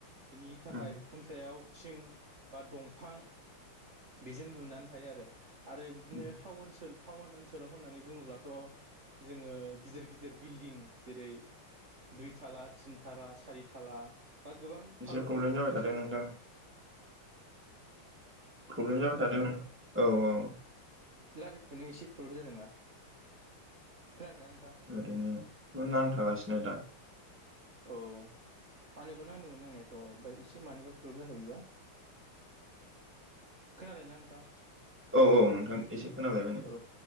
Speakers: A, on the right; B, in the centre.
A: बिनि थाखाय
B: उम
A: उखुमसायाव थिं बा दंफां बेजों लुनानै थायो आरो आरो बिदिनो
B: उम
A: टाव ओनसोल टाउन ओनसोलाव होननानै बुङोब्लाथ' जोङो गिदिर गिदिर बिल्डिं जेरै दुइ थाला तिन थाला सारि थाला बा गोबां
B: एसे
A: थाल्ला
B: प्रब्लेम
A: थाल्ला
B: जाबाय
A: लुखोसै
B: थादों
A: आरोना
B: नोंथां प्रब्लेम जाबाय थादों औ औ
A: लारि फुनायाव एसे प्रब्लेम जादोंना खोनादोंना नोंथां
B: ओरैनो नांथागासिनो दा
A: औ आनोबो नांदोंमोन नांनायाथ' ओमफ्राय एसे मानिबा प्रब्लेम जादों बेबा खोनादों ना नोंथां
B: औ औ नोंथां एसे खोनालायबाय नै
A: औ